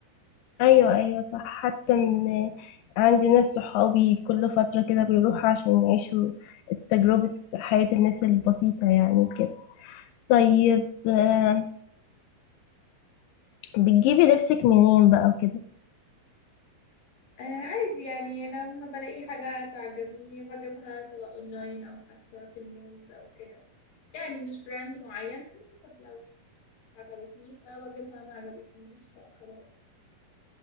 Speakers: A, on the left; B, on the left.
A: ايوه ايوه صح حتى ان عندي ناس صحابي كل فترة كده بيروحوا عشان يعيشوا تجربة حياة الناس البسيطة يعني كده طيب آه، بتجيبي لبسك منين بقى وكده
B: آه عادي يعني لما بلاقي حاجة تعجبني بجيبها سواء اونلاين او حتى في المولز او كده يعني مش براند معين على حسب لو عجبتني فبجيبها ما عجبتنيش فخلاص